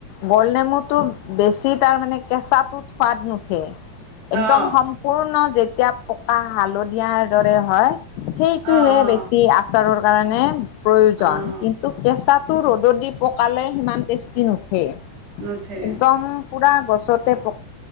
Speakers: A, on the left; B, on the right.
A: গুল নমুটো বেছি তাৰ মানে কেঁচাটোত সোৱাদ নুঠে, একদম
B: অ',
A: সম পূৰ্ণ যেতিয়া পকা হালধিয়াৰ দৰে হয়, সেইটোহে
B: অ', অ',
A: বেছি আ চাৰৰ কাৰণে প্ৰয়োজন।
B: অ',
A: কেঁচাটো ৰ'দত দি পকালে সিমান টেষ্টি নুঠে।
B: নুঠে
A: একদম পুৰা গছতে প